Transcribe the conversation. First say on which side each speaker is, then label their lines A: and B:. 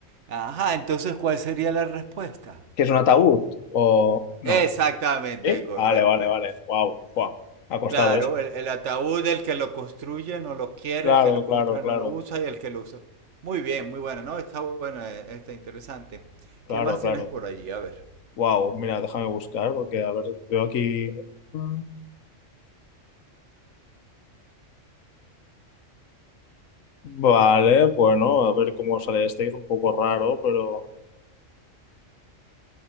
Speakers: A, on the right; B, on the left.
A: Ajá, entonces ¿cuál sería la respuesta?
B: ¿Que es un ataúd o no?
A: Exactamente,
B: ¿Eh?
A: correcto.
B: Vale, vale, vale. Wow, wow. Ha costado
A: Claro,
B: eso.
A: el, el ataúd, el que lo construye no lo quiere,
B: Claro,
A: el que lo
B: claro,
A: compra
B: claro.
A: no lo usa y el que lo usa. Muy bien, muy bueno, ¿no? Está bueno, eh, está interesante.
B: Claro,
A: ¿Qué más
B: claro.
A: tienes por allí? A ver.
B: Wow, mira, déjame buscar porque, a ver, veo aquí. Mm. Vale, bueno, a ver cómo sale este, que es un poco raro, pero.